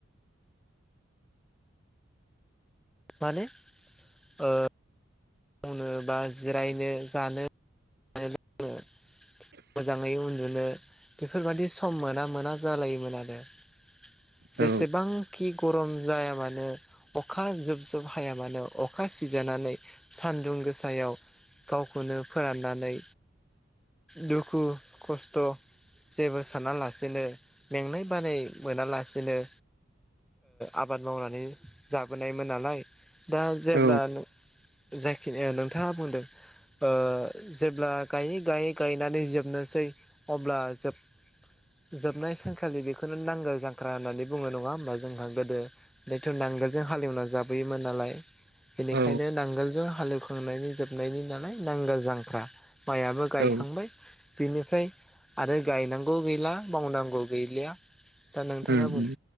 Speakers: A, in the centre; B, on the right.
A: माने ओ मावनो बा जिरायनो जानो <inaudible> मोजाङै उन्दुनो बेफोरबायादि सम मोना मोना जालायोमोन आरो <inaudible> जेसेबांखि
B: औ
A: गरम जाया मानो अखा जोब जुब हाया मानो अ खा सिजानानै सानदुं गोसायाव गावखौनो फोराननानै दुखु खस्थ' जेबो साना लासिनो मेंनाय बानाय मोनालासिनो आबाद मावनानै जाबोनायमोन नालाय दा जेब्ला
B: औ
A: जायखिनि नोंथाङा बुंदों ओ जेब्ला गायै गायै गायनानै जोबनोसै अब्ला जोब जोबनाय सानखालि बेखौनो नांगोल जांख्रा होननानै बुङो नङा होमब्ला जोंहा गोदो बेथ' नांगोलजों हालेवना जाबोयोमोन नालाय बेनिखायनो
B: औ
A: नांगोलजों हालेव सोंनायनि जोबनायनि नालाय नांगोल जांख्रा माइयाबो गायखांबाय
B: औ
A: बिनिफ्राय आरो गायनांगौ गैला मावनांगौ गैलिया दा नोंथाङाबो
B: उम उम